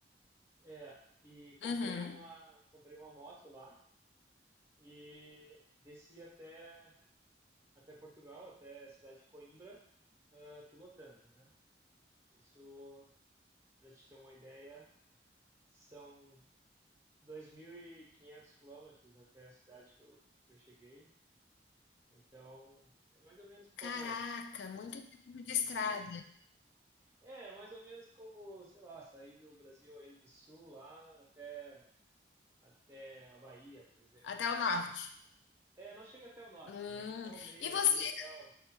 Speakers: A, on the right; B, on the left.
A: é, e comprei
B: Uhum.
A: uma, comprei uma moto lá e desci até, até Portugal, até a cidade de Coimbra, ah, pilotando, né? Isso, para te ter uma ideia, são 2.500 quilômetros até a cidade que eu, que eu cheguei. Então, é mais ou menos como,
B: Caraca, muito tempo de estrada,
A: é, mais ou menos como, sei lá, sair do Brasil aí do sul lá até até a Bahia, por exemplo,
B: até
A: mais
B: o norte.
A: ou menos. É, não chega até o norte,
B: Hum.
A: mas até o meio
B: E você,
A: ali, até o,